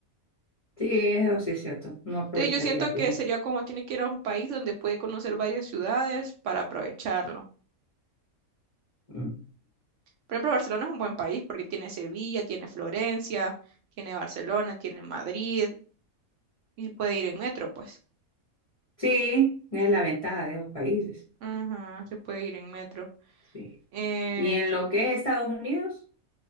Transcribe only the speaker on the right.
Entonces yo siento
que sería como tiene que ir a un país donde puede conocer varias ciudades para aprovecharlo.
Por ejemplo, Barcelona es un buen país porque tiene Sevilla, tiene Florencia, tiene Barcelona, tiene Madrid y puede ir en metro, pues.
Ajá, se puede ir en metro.
Eh,